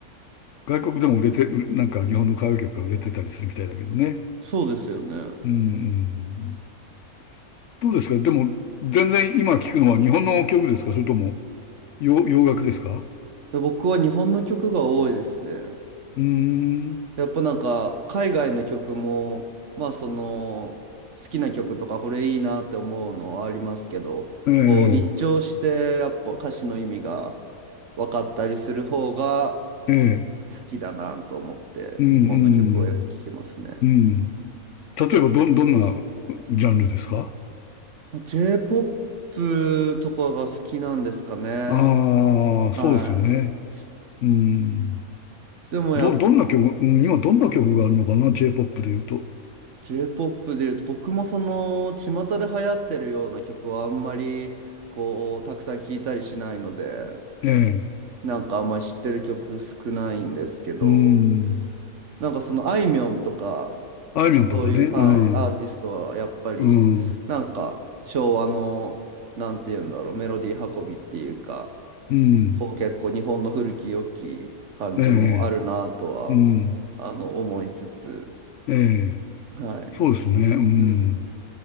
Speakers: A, on the left; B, on the right.
A: 外国でも売れて、なんか日本の歌謡曲が売れてたりするみたいだけどね。
B: そうですよね。
A: うんうんうんどうですかでも、全然今聞くのは日本の曲ですかそれとも洋、洋楽ですか
B: 僕は日本の曲が多いですね。
A: うーん。
B: やっぱなんか海外の曲もまあその好きな曲とかこれいいなって思うのはありますけどこう一聴してやっぱ歌詞の意味が
A: ええ、
B: 分かったりする方が
A: ええ、
B: 好きだなと思って日本の曲はよく聴きますね。
A: うん、うん、うん。例えば、ど、どんなジャンルですか
B: まあ J-POP とかが好きなんですかね。
A: ああー、
B: はい。
A: そうですよね。うん。
B: でもやっ
A: ど、どんな曲、うん今どんな曲があるのかな ?J-POP で言うと。
B: J-POP で言うと僕もその巷で流行ってるような曲はあんまりこうたくさん聴いたりしないので
A: ええ、
B: なんかあんまり知ってる曲少ないんですけど
A: うん。
B: なんかそのあいみょんとか
A: あいみょんとかね。
B: そういう、
A: うん、
B: はい、アーティストはやっぱりなんか昭和のなんて言うんだろうメロディー運びっていうか
A: うん、うん。
B: こう結構日本の古き良き感じもあるなとは
A: ええ、うん。
B: あの思いつつ
A: ええ、
B: はい。
A: そうですね。うん。
B: うん